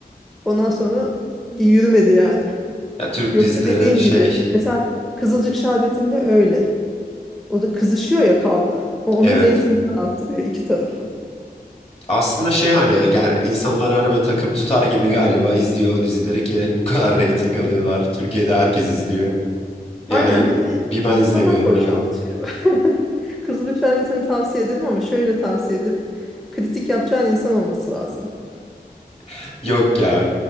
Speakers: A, in the centre; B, on the left (about 40°).
A: Ondan sonra yürümedi yani.
B: Ya Türk
A: Yoksa
B: dizileri
A: dediğin
B: şey
A: gibi mesela Kızılcık Şerbeti'nde öyle. O da kızışıyor ya kavga. O onun
B: evet.
A: reytingini arttırıyor iki tarafın.
B: Aslında şey hani gel, insanlar harbi takım tutar gibi galiba izliyor o dizileri ki bu kadar <laughs> reyting alıyorlar. Türkiye'de herkes izliyor. Yani
A: Aynen bir de
B: bir ben izlemiyorum
A: kafanı boşaltıyor.
B: herhalde.
A: <laughs> Kızılcık Şerbeti'ni tavsiye ederim ama şöyle tavsiye ederim. Kritik yapacağın insan olması lazım.
B: <laughs> Yok ya